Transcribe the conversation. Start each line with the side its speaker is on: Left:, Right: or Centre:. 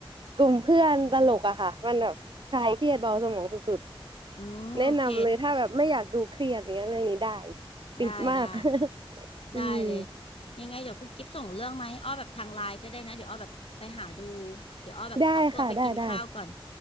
Right: กลุ่มเพื่อนตลกอะค่ะมันแบบคลายเครียดเบาสมองสุดๆแนะนำเลยถ้าแบบไม่อยากดูเครียดอย่างเงี้ยเรื่องนี้ได้
Left: อืมโอเค
Right: ติดมาก
Left: ได้ได้
Right: <laughs> อืม
Left: ได้เลยยังไงเดี๋ยวคุณกิฟต์ส่งเรื่องมาให้อ้อแบบทางไลน์ก็ได้นะเดี๋ยวอ้อแบบไปหาดูเดี๋ยวอ้อแบบขอตัวไปกินข้าวก่อน
Right: ได้ค่ะได้ได้